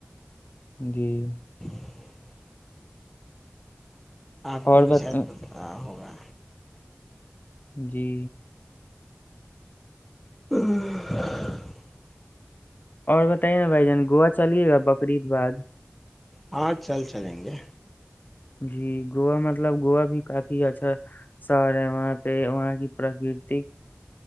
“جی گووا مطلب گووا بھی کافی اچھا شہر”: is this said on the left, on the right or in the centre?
Left